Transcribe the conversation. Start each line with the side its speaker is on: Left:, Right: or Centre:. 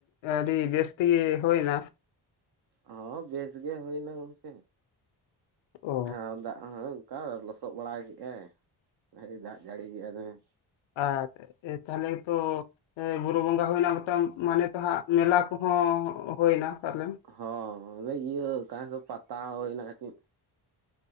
Left: ᱟᱹᱰᱤ ᱵᱮᱥ ᱛᱮᱜᱮ ᱦᱩᱭ ᱮᱱᱟ?
Right: ᱦᱚᱻ ᱵᱮᱥ ᱜᱮ, ᱦᱩᱭ ᱮᱱᱟ ᱜᱚᱢᱠᱮ,
Left: ᱚ
Right: <unintelligible> ᱚᱱᱠᱟ ᱞᱚᱥᱚᱫ ᱵᱟᱲᱟ ᱠᱮᱫᱼᱟᱭ, ᱫᱟᱜ ᱡᱟᱹᱲᱤ ᱠᱮᱫᱼᱟ ᱫᱚᱢᱮ
Left: ᱟᱼᱪᱪᱷᱟ ᱪᱪᱷᱟ, ᱮᱻ ᱛᱟᱦᱟᱞᱮ ᱛᱚ ᱵᱩᱨᱩ ᱵᱚᱸᱜᱟ ᱦᱩᱭ ᱮᱱᱟ, ᱢᱟᱱᱮ, ᱛᱚᱦᱞᱮ ᱛᱚ ᱦᱟᱸᱜ, ᱢᱮᱞᱟ ᱠᱚᱦᱚᱸ, ᱦᱩᱭ ᱮ ᱱᱟ ᱯᱟᱞᱮᱱ?
Right: ᱦᱚᱸ ᱚᱱᱮ ᱤᱭᱟᱹ, <inaudible> ᱯᱟᱛᱟ ᱦᱩᱭᱳᱱᱟ ᱠᱟᱹᱴᱤᱡ